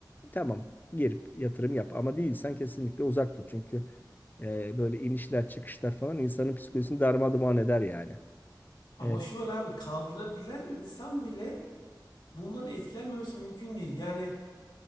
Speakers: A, on the left (about 25°); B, on the left (about 80°).
A: tamam gir yatırım yap ama değilsen kesinlikle uzak dur. Çünkü e, böyle inişler çıkışlar falan insanın psikolojisini darmadağın eder yani.
B: Ama
A: E,
B: şu var abi kaldırabilen insan bile bundan etkilenmemesi mümkün değil. Yani